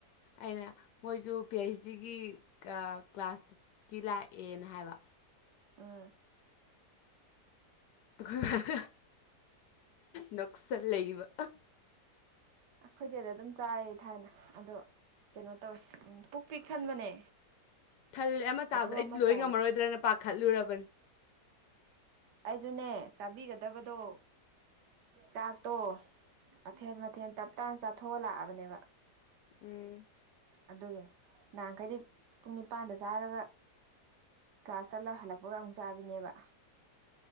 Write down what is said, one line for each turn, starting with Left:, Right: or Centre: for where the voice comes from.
Left: ꯑꯩꯅ ꯃꯣꯏꯁꯨ ꯄꯤ ꯑꯩꯆ ꯗꯤꯒꯤ ꯀ꯭ꯂꯥꯁꯀꯤ ꯂꯥꯛꯑꯦꯅ ꯍꯥꯏꯕ
Right: ꯎꯝ
Left: ꯑꯩꯈꯣꯏ ꯅꯣꯛꯁꯟ ꯂꯩꯕ
Right: ꯑꯩꯈꯣꯏꯗꯤꯗ ꯑꯗꯨꯝ ꯆꯥꯏ ꯊꯥꯏꯅ ꯑꯗꯣ ꯀꯩꯅꯣ ꯇꯧꯋꯦ ꯎꯝ ꯄꯨꯛ ꯄꯤꯛ ꯊꯟꯕꯅꯦ
Left: ꯊꯜꯂꯦ ꯑꯃ ꯆꯥꯕꯗ
Right: ꯑꯗꯨ
Left: ꯑꯩꯗꯤ
Right: ꯑꯃ
Left: ꯂꯣꯏ
Right: ꯆꯥꯕꯗ
Left: ꯉꯝꯃꯔꯣꯏꯗ꯭ꯔꯅ ꯄꯥꯈꯠꯂꯨꯔꯕꯅꯤ
Right: ꯑꯩꯗꯨꯅꯦ ꯆꯥꯕꯤꯒꯗꯕꯗꯣ ꯆꯥꯛꯇꯣ ꯃꯊꯦꯟ ꯃꯊꯦꯜ ꯇꯞꯇꯥꯥꯅ ꯆꯥꯊꯣꯛ ꯂꯥꯛꯑꯕꯅꯦꯕ
Left: ꯎꯝ
Right: ꯑꯗꯨꯒꯤꯅꯦ ꯅꯍꯥꯟꯈꯩꯗꯤ ꯄꯨꯡ ꯅꯤꯄꯥꯟꯗ ꯆꯥꯔꯒ ꯀꯥꯁ ꯆꯠꯂꯒ ꯍꯜꯂꯛꯄꯒ ꯑꯃꯨꯛ ꯆꯥꯕꯤꯅꯦꯕ